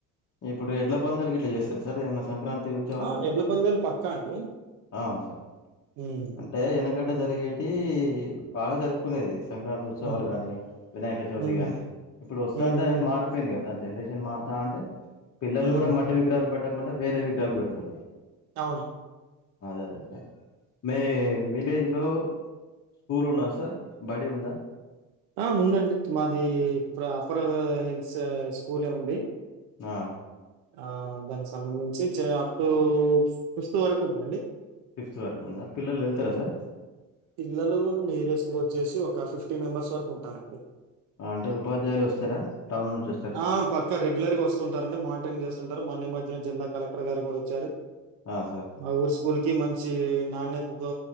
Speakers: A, on the left; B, on the right.
A: ఇప్పుడు ఎడ్ల పందాలకి గిట్ల చేస్తార సార్ ఏమన్న సంక్రాంతి ఇచ్చే వాళ్ళకు
B: ఆ! ఎడ్ల పందాలు పక్కా అండి.
A: ఆ సార్
B: హ్మ్.
A: అంటే ఈయనకి గంట జరిగేటి బాగా జరుపుకునేది సంక్రాంతి ఉత్సవాలు
B: హ్మ్.
A: గాని వినాయక చవితి
B: హ్మ్.
A: గాని ఇప్పుడు వస్తుంటాయి
B: హ్మ్. హ్మ్.
A: మార్పి పోయింది కదా జనరేషన్ మారుతాంటే పిల్లలు
B: హ్మ్.
A: కూడా మట్టి విగ్రహాలు పెట్టకుండా వేరే విగ్రహాలు పెడుతుళ్ళు
B: అవును
A: అదే అదే మీ విలేజ్ లో స్కూల్ ఉన్నాదా సార్ బడి ఉందా
B: ఆ ఉందండి మాది అప్పర్ హిల్స్ స్కూలే ఉంది
A: ఆ
B: ఆ దానికి సంబంధించి చే అప్ టు ఫిఫ్త్ వరకు ఉందండి
A: ఫిఫ్త్ వరకు ఉందా పిల్లలు వెళ్తారా సార్
B: పిల్లలు నీరేస్ కు వచ్చేసి ఒక ఫిఫ్టీ మెంబర్స్ వరకు ఉంటారండి
A: అంటే ఉపాధ్యాయులు వస్తారా టౌన్ నుంచి వస్త
B: ఆ పక్కా రెగ్యులర్ గా వస్తుంటారండి మానిటరింగ్ చేస్తుంటారు మన్న ఈ మధ్యన జిల్లా కలెక్టర్ గారు కూడా వచ్చారు
A: ఆ సార్
B: మా ఊరు స్కూల్ కి మంచి నాణ్యతతో